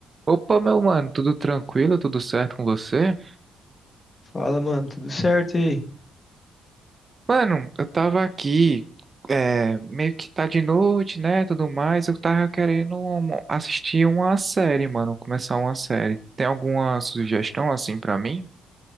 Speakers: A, on the right; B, on the left.
A: Opa, meu mano, tudo tranquilo? Tudo certo com você?
B: Fala, mano, tudo certo e aí?
A: Mano, eu tava aqui, é, meio que tá de noite, né, tudo mais. Eu tava querendo um- assistir uma série, mano, começar uma série. Tem alguma sugestão assim pra mim?